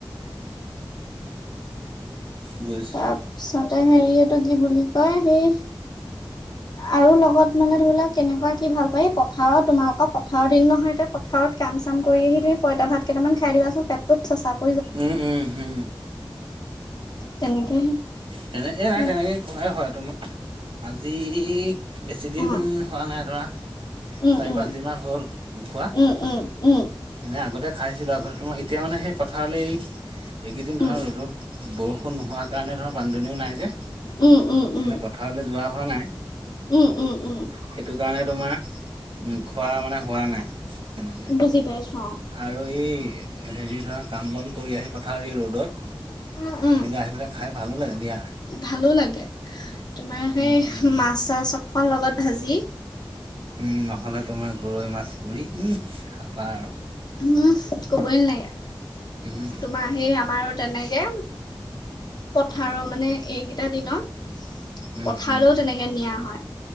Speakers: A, on the right (about 80°); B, on the left (about 50°).
A: বুজিছো
B: তাৰপিছতে হেৰি এইটো কি বুলি কয় সেই আৰু লগত মানে ধৰি লোৱা কেনেকুৱা কি ভাল পায়? পথাৰত তোমালোকৰ পথাৰৰ দিন নহয় এতিয়া প ঘৰত কাম - চাম কৰি আহি তুমি পইতা ভাত কেইটামান খাই দিবাচোন পেটটো চেচা
A: উম উম উম।
B: তেনেকে।
A: তেনেকে নাই
B: সেই
A: তেনেকে কৰাই হয় তোমাৰ আজি বেছি দিন
B: অ
A: হোৱা নাই ধৰা
B: উম
A: চাৰি
B: উম
A: - পাঁচ দিন মান হ'ল নোখোৱা
B: উম, উম, উম,
A: এনে আগতে খাইছিলো আগতে তোমাৰ এতিয়া মানে সেই পথাৰলৈ এইকেইদিন ধৰা
B: উম,
A: ৰ'দত বৰষুণ নোহোৱা কাৰণে ধৰা পানীদুনিও নাই যে সেইকাৰণে
B: উম, উম, উম,
A: পথাৰলৈ যোৱা হোৱা নাই
B: উম, উম, উম,
A: সেইটো কাৰণে তোমাৰ উম খোৱা মানে হোৱা নাই তেনেকে।
B: বুজি পাইছো অ,
A: আৰু এই হেৰি ধৰা, কাম - বন কৰি আহি পথাৰ এই ৰ'দত
B: উম, উম,
A: তেনেকা আহি পেলাই খাই ভালো লাগে দিয়া।
B: ভালো লাগে, তোমাৰ
A: উম
B: সেই
A: উম
B: মাছ - চাছ অকল লগত ভাজি
A: উম নহ'লে তোমাৰ গৰৈ মাছ পুৰি উমহ খাবা আৰু।
B: উমহ কবই নালাগে,
A: উম
B: তোমাৰ সেই আমাৰ তেনেকে পথাৰত মানে এইকেইটা দিনত
A: উম
B: পথাৰলৈও
A: উম
B: তেনেকে নিয়া হয়।